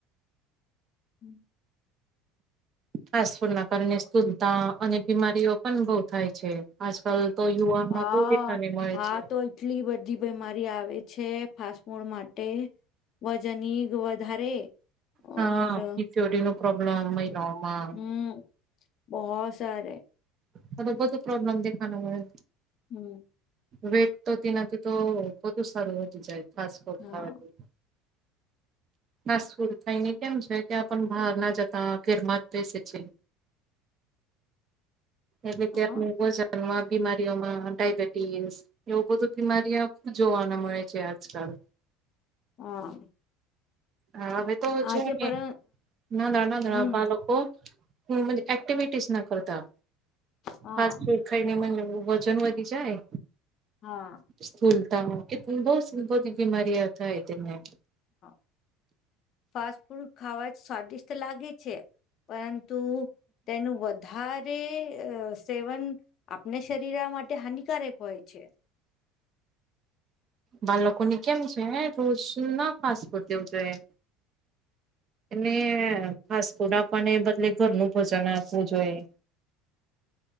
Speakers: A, on the left (about 45°); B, on the right (about 35°).
A: હમ
B: ફાસ્ટ ફૂડ ના કારણે સ્થૂળતા અને બીમારીઓ પણ બહ થાય છે. આજકાલ તો યુવાનમાં
A: હા
B: પોતે તને મળે
A: હા
B: છે.
A: તો એટલી બધી બીમારી આવે છે ફાસ્ટફૂડ માટે વજન ધારે ઔર
B: હા
A: હમ્મ
B: પીસીઓડીનો પ્રોબ્લેમ મહિલાઓમાં
A: બહુ સારે
B: તો બધું પ્રોબ્લેમ દેખાનો હોય
A: હમ્મ
B: વેટ તો તેનાથી તો બધું સારું વધી જાય ફાસ્ટફૂડ
A: હા
B: ખાવાથી નાસર થાયને કેમ છે કે આપ બહાર ના જતા ઘેરમાં જ બેસે છે. એટ
A: હા
B: ત આપ વજનમાં બીમારીઓમાં ડાયબિટીસ એવું બધું બીમારી આપને જોવા મળે છે આજકાલ
A: હા
B: હા હવે તો જો
A: આજે
B: ને
A: પર
B: નાના નાના
A: હમ
B: બાળકો હું એક્ટિવિટીઝ નથી કરતા
A: હા
B: ફાસ્ટફુડ ખાઈને વજન વધી જાય
A: હા
B: સ્થૂલતા બહુ બધી બીમારી આવુ થાય તેમને
A: હા ફાસ્ટફૂડ ખાવા જ સ્વાદિષ્ટ લાગે છે પરંતુ તેનું વ વધારે સેવન આપણા શરીર માટે હાનિકારક હોય છે.
B: બાળકો ને કેમ છે રોજ ના ફાસ્ટફૂડ દેવું જોઈએ એને ફાસ્ટફૂડ આપવાને એ બદલે ઘરનું ભોજન આપવું જોઈએ.